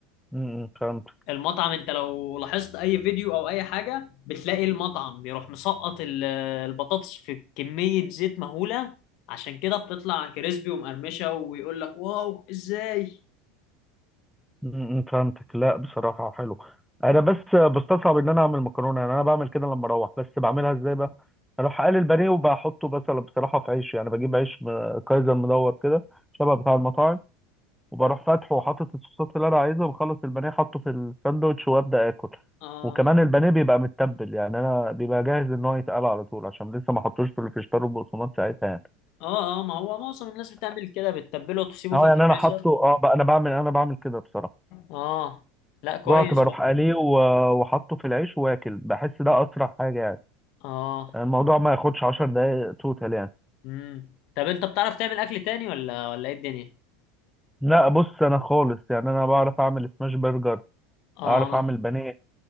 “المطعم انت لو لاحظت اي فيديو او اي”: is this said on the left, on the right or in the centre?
Left